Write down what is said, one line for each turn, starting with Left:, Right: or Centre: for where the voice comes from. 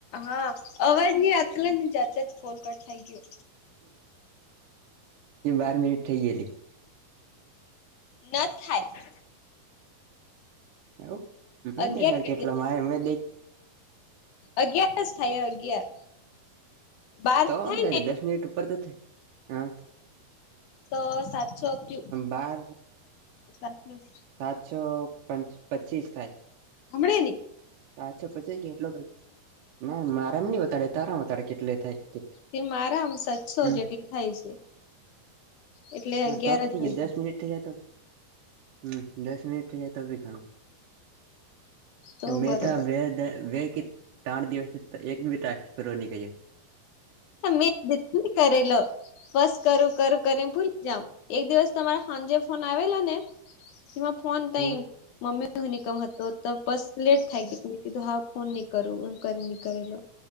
Left: હા અવાજ ની આલે ને જાતા જ કોલકાટ થઈ ગયો.
Right: કેમ? બાર મિનિટ થઇ ગયેલી.
Left: ન થાય.
Right: એવું
Left: અગિયાર
Right: બંને ખર
Left: કેટલી
Right: કેટલા મારે મેદ
Left: અગિયાર જ થાય અગિયાર. બાર
Right: તો
Left: થાય
Right: ને દસ મિનિટ ઉપર તો થ, હા.
Left: તો સાતસો કયુ,
Right: બાર
Left: સાતસી.
Right: સાતસો પં પચીસ થાય.
Left: અમળે ની.
Right: હાછ પછી એટલો ના મારામ ની બતાડે તારામાં બતાડે કેટલે થાય કે.
Left: તે મારા આમ સાતસો
Right: હમ્મ.
Left: જેટલી થાય છે. એટલે
Right: હા
Left: અગિયાર
Right: તો થઈ
Left: જ હોય.
Right: ગય દસ મિનિટ તો. હમ્મ, દસ મિનિટ થઈ જાય તો બી ઘણું.
Left: તો
Right: મેં
Left: બરોબર
Right: તા વ વે કે તણ દિવસ થી એક બી ટાસ્ક કર્યો નહીં કહીએ.
Left: મેં <inaudible> કરેલો બસ કરું કરું કરી ને ભૂલી જાવ. એક દિવસ તમારા સાંજે ફોન આવેલો ને એમાં ફોન
Right: એવું
Left: તઈ મમ્મી હું નીકળવા નો હતો તો બસ લેટ થાય ગ્યું તો મેં કીધું હા ફોન નહી કરું એમ કરી નહી કરેલો.